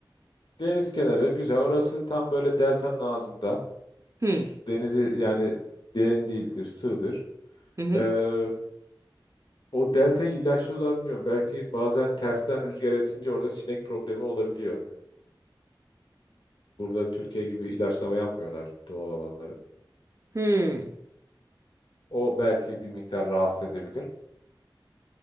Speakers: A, on the left; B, on the right.
A: deniz kenarı güzel. Orası tam böyle deltanın ağzında.
B: Hmm,
A: Su- Denizi yani derin değildir, sığdır.
B: hı hı.
A: E, O deltayı ilaçlıyorlar mı bilmiyorum. Belki bazen tersten rüzgar esince orada sinek problemi olabiliyor. Burada Türkiye gibi ilaçlama yapmıyorlar doğal alanları.
B: Hmm.
A: O belki bir miktar rahatsız edebilir.